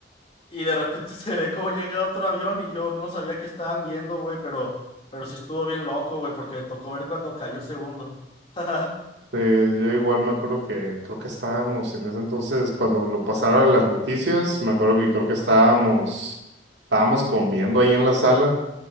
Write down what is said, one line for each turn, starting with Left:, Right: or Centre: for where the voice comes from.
Left: Y de repente <laughs> se ve cómo llega otro avión y yo no sabía qué estaban viendo, güey, pero, pero sí estuvo bien loco, güey, porque me tocó ver cuando cayó el segundo. <laughs> Ajá.
Right: Eh, yo igual me acuerdo que creo que estábamos en ese entonces, cuando lo pasaron las noticias, me acuerdo que creo que estábamos, estábamos comiendo ahí en la sala.